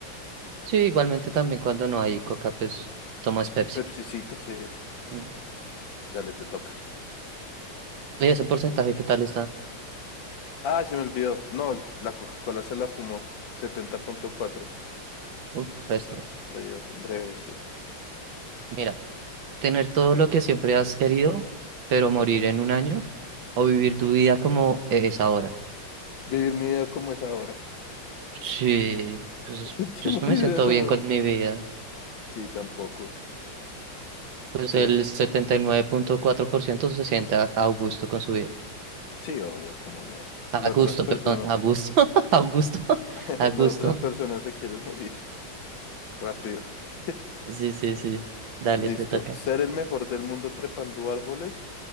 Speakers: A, on the right; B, on the left.
A: Sí, igualmente también cuando no hay Coca, pues tomo es Pepsi.
B: Pepsicita, sí.
A: Mm.
B: Dale, te toca.
A: ¿Y ese porcentaje qué tal está?
B: Ah, se me olvidó. No, la Coca-Cola se la fumó. 70.4.
A: Uf, resto.
B: Le dio breve, sí.
A: Mira, tener todo lo que siempre has querido, pero morir en un año, o vivir tu vida como es ahora.
B: Vivir mi vida como es ahora.
A: Sí, pues
B: <laughs> Es que
A: yo
B: morir.
A: me siento
B: no.
A: bien con mi vida.
B: Sí, tampoco.
A: Pues
B: Sí,
A: el
B: es verdad.
A: setenta y nueve punto cuatro por ciento se siente a a gusto con su vida.
B: Sí, obvio, cómo no.
A: A
B: Las
A: gusto,
B: otras personas,
A: perdón, a gusto, <laughs> a gusto, <laughs>
B: <laughs>
A: a gusto.
B: las otras personas se quieren morir rápido. <laughs>
A: Sí, sí, sí. Dale,
B: Listo.
A: te toca.
B: Ser el mejor del mundo trepando árboles